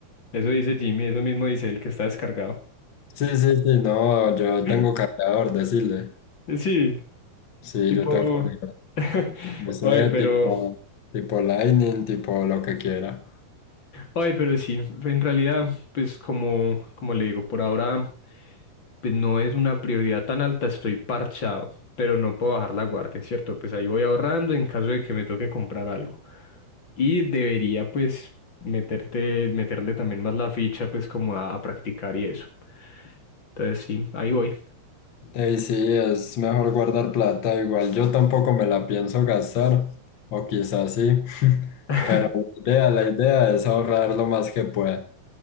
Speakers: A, on the left; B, on the left.
A: Eso dice Jimmy, eso mismo dice el que está descargado.
B: Sí, sí, sí, no, yo
A: <laughs>
B: tengo cargador, decirle.
A: Sí,
B: Sí,
A: tipo.
B: yo tengo cargador.
A: <laughs>
B: No sé,
A: Oye, pero
B: tipo, tipo Lightning, tipo lo que quiera.
A: Ay, pero sí, en realidad, pues como, como le digo, por ahora, pues no es una prioridad tan alta, estoy parchado, pero no puedo bajar la guardia, ¿cierto? Pues ahí voy ahorrando en caso de que me toque comprar algo. Y debería, pues, meterte, meterle también más la ficha, pues, como a, a practicar y eso. Entonces, sí, ahí voy.
B: Ey, sí, es mejor guardar plata, igual yo tampoco me la pienso gastar, o quizás sí, <laughs>
A: <laughs>
B: pero la idea, la idea es ahorrar lo más que pueda.